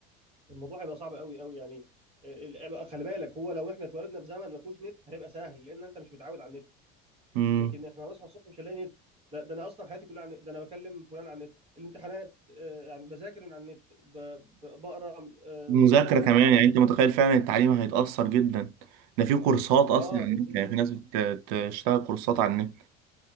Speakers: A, on the right; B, on the right.
A: الموضوع هيبقى صعب قوي قوي يعني آه، ال- بقى خلي بالك هو لو احنا اتولدنا في زمن ما فيهوش نت هيبقى سهل لان انت مش متعود على النت
B: امم
A: لكن احنا هنصحى الصبح مش هنلاقي نت ده, ده انا اصلا حياتي كلها عن النت. ده انا بكلم فلان عن النت الامتحانات آه، يعني بذاكر من على النت ب- ب- بقرا آه،
B: المذاكره
A: كتب وحاجات
B: كمان
A: على
B: يعني
A: النت
B: انت متخيل فعلا التعليم هيتاثر جدا ده في كورسات اصلا
A: اه
B: على النت
A: ازاي
B: يعني
A: بقى
B: في ناس بتشتغل كورسات على النت